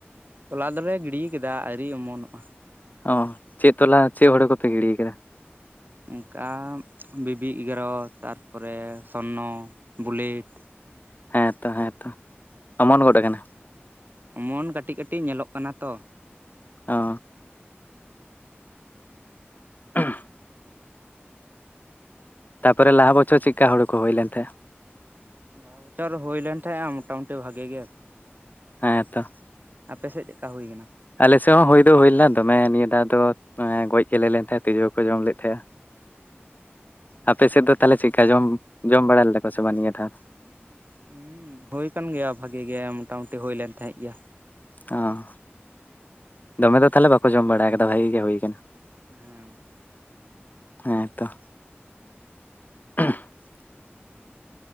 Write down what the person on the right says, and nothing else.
ᱛᱚᱞᱟ ᱫᱚᱞᱮ ᱜᱤᱰᱤ ᱠᱮᱫᱟ ᱟᱹᱨᱤ ᱚᱢᱚᱱᱚᱜᱼᱟ
ᱚᱝᱠᱟ ᱵᱤᱵᱤ ᱮᱜᱟᱨᱚ ᱛᱟᱨᱯᱚᱨᱮ ᱥᱚᱱᱱᱚ, ᱵᱩᱞᱮᱴ
ᱚᱢᱚᱱ ᱠᱟᱹᱴᱤᱡ ᱠᱟᱹᱴᱤᱡ ᱧᱮᱞᱚᱜ ᱠᱟᱱᱟ ᱛᱚ
ᱞᱟᱦᱟ ᱵᱚᱪᱷᱚᱨ ᱦᱳᱭ ᱞᱮᱱ ᱛᱟᱦᱮᱸᱜᱼᱟ ᱢᱚᱴᱟ-ᱢᱩᱩᱴᱤ ᱵᱷᱟᱜᱮ ᱜᱮ
ᱟᱯᱮᱥᱮᱫ ᱪᱮᱫᱠᱟ ᱦᱩᱭᱠᱟᱱᱟ?
ᱚᱱᱠᱟᱜᱮ
<unintelligible> ᱦᱩᱭ ᱠᱟᱱ ᱜᱮᱭᱟ ᱵᱷᱟᱹᱜᱮ ᱜᱮ ᱢᱚᱴᱟ-ᱢᱩᱩᱴᱤ ᱦᱳᱭ ᱞᱮᱱ ᱛᱟᱦᱮᱸᱡ ᱜᱮᱭᱟ
ᱦᱮᱸ